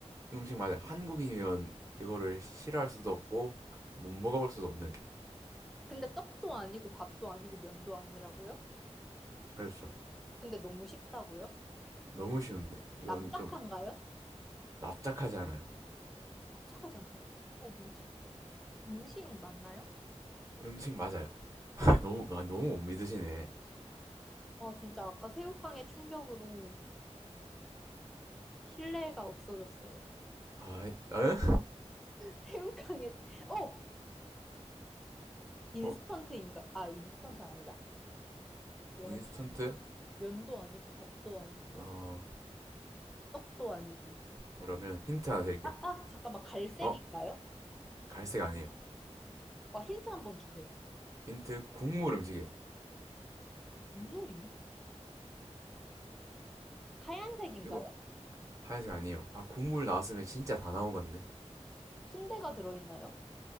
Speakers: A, on the right; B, in the centre.
A: 음식 맞아요. 한국인이면 이거를 싫어할 수도 없고 못 먹어볼 수도 없는.
B: 근데 떡도 아니고 밥도 아니고 면도 아니라고요?
A: 그렇죠.
B: 근데 너무 쉽다고요?
A: 너무 쉬운데 이건
B: 납작한가요?
A: 좀 납작하지 않아요.
B: 납작하지 않다고요? 어, 뭐지? 음식 맞나요?
A: 음식 맞아요. <laughs> 너무 아, 너무 못 믿으시네.
B: 와, 진짜 아까 새우깡의 충격으로 신뢰가 없어졌어요.
A: 아, 에?
B: 새우깡에 어 인스턴트인가?
A: 어?
B: 아 인스턴트 아니다. 면
A: 인스턴트?
B: 면도 아니고 밥도 아니고
A: 어,
B: 떡도 아니고.
A: 그러면 힌트 하나 드릴게요.
B: 아, 아 잠깐만 갈색인가요?
A: 어? 갈색 아니에요.
B: 아 힌트 한번 주세요.
A: 힌트 국물 음식이에요.
B: 국물이요? 하얀색인가요?
A: 이거 하얀색 아니에요. 아, 국물 나왔으면 진짜 다 나온 건데.
B: 순대가 들어있나요?